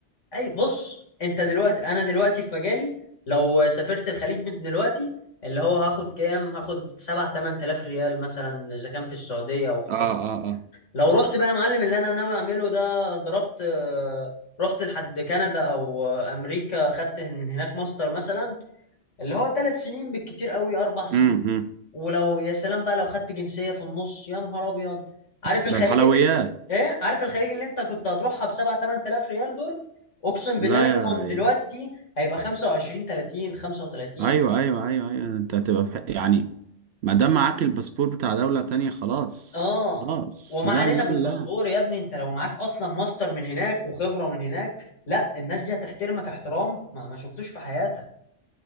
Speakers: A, on the left (about 80°); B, on the right (about 65°).
A: اي بص انت دلوقتي انا دلوقتي في مجالي لو سافرت الخليج من دلوقتي اللي هو هاخد كام هاخد 7 8000 ريال مثلا اذا كان في السعودية او في
B: اه اه اه
A: لو رحت بقى يا معلم اللي انا ناوي اعمله ده ضربت آه، رحت لحد كندا او آه، امريكا خدت من هناك ماستر مثلا اللي هو ثلاث سنين بالكتير قوي اربع سنين
B: امم امم.
A: ولو يا سلام بقى لو خدت جنسية في النص يا نهار ابيض عارف
B: ده
A: الخليج
B: الحلويات
A: اللي ايه عارف الخليج اللي انت كنت هتروحها ب 7 8000 ريال دول اقسم
B: لا
A: بالله
B: يا
A: منهم دلوقتي هيبقى 25 30 35
B: ايوه ايوه ايوه ايوه انت هتبقى في حق يعني ما دام معاك الباسبور بتاع دولة تانية خلاص
A: اه
B: خلاص
A: وما
B: لا
A: علينا
B: لا
A: بالباسبور
B: لا
A: يا ابني انت لو معاك اصلا ماستر من هناك وخبره من هناك لا الناس دي هتحترمك احترام ما, ما شفتوش في حياتك